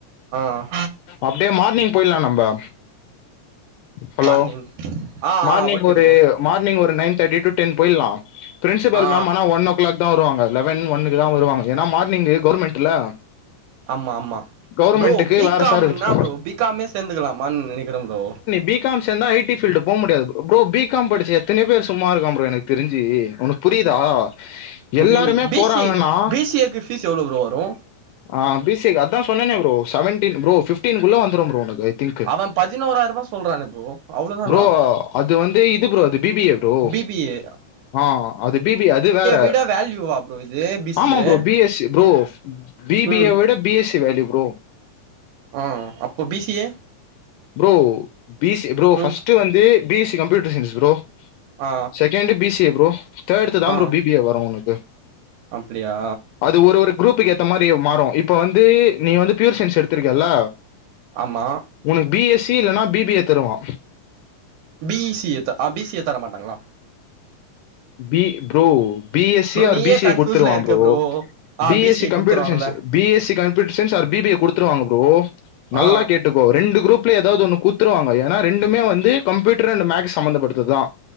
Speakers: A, on the right (about 80°); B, on the left (about 80°).
A: அ
B: அப்டியே மார்னிங் போய்லா நம்ப ஹலோ
A: மார்னிங் ஆ
B: மார்னிங்
A: ஆ ஓகே
B: ஒரு
A: ப்ரோ
B: மார்னிங் ஒரு நைன் தேர்டி டு டென் போயிலா பிரின்சிபல்
A: ஆ
B: மேம் ஆனா ஒன் ஓ கிளாக் தா வருவாங்க லெவன் ஒன்னுகு தா வருவாங்க ஏன்னா மார்னிங் கவர்மெண்ட்ல
A: ஆமா ஆமா
B: கவர்மெண்ட்டுக்கு
A: ப்ரோ பி
B: வேற
A: காம்
B: சார் இருக்கு
A: என்னா ப்ரோ பிகாமே சேர்ந்துக்கலாமான்னு நெனைக்கிறே ப்ரோ
B: பிக காம் சேந்தா அய் டி பீல்டு போக முடியாது ப்ரோ பி காம் படிச்ச எத்தனயோ பேர் சும்மா இருக்கா ப்ரோ எனக் தெரிஞ்சு ஒனக்கு புரியுதா
A: புரியுது
B: எல்லாருமே
A: பி
B: போறாங்கன்னா
A: சி ஏ பி சி ஏ கு பீஸ் எவ்வளோ ப்ரோ வரு
B: ஆ பி சி ஏ அதா சொன்னேன ப்ரோ செவன்டீன் ப்ரோ பிஃப்டீன்குள்ள வந்துரும் ப்ரோ உனக்கு ஐ திங்க்
A: மேம் பதினோறாயிர ரூபா சொல்றாங்க ப்ரோ அவ்ளோதானா
B: ப்ரோ அது வந்து இது ப்ரோ அது B B A bro
A: B B A
B: ஆ அது பி பி ஏ அது வேற
A: விட வேல்யூவா ப்ரோ இது பி சி
B: ஆமா
A: A
B: bro B S C bro B B
A: ம்
B: A விட B S C value bro
A: ஆ அப்ப B C A
B: bro B C bro ஃபர்ஸ்டு
A: ம்
B: வந்து B S C computer science bro
A: ஆ
B: second B C A bro third தா
A: ஆ
B: bro B B A வரு ஒனக்கு
A: அப்டியா
B: அது ஒரு ஒரு குரூப்புக்கு ஏத்த மாரி மாறு இப்ப வந்து நீ வந்து ப்யூர் சயின்ஸ் எடுத்திருக்கல்ல
A: ஆமா
B: உனக்கு பி எஸ் சி இல்லனா பி பி ஏ தருவா
A: பி ஈ சி எத்தா அ பி சி ஏ தரமாட்டாங்களா
B: B bro B S
A: bro
B: C R
A: நீயே
B: B சி
A: கன்ஃப்யூஸ்ல
B: ஏ குடுத்துருவான்
A: இருக்க
B: ப்ரோ
A: ஆ
B: B S C
A: A
B: computer
A: குடுத்துருவாங்கல்ல
B: science B S C computer science R B B A குடுத்துருாங்க ப்ரோ நல்லா
A: ஆ
B: கேட்டு கோ ரெண்டு குரூப்ல எதாவது ஒண்ணு குத்துருவாங்க ஏனா ரெண்டுமே வந்து கம்ப்யூட்டர் அண்ட் மேக்ஸ் சம்பந்தப்பட்டதுதா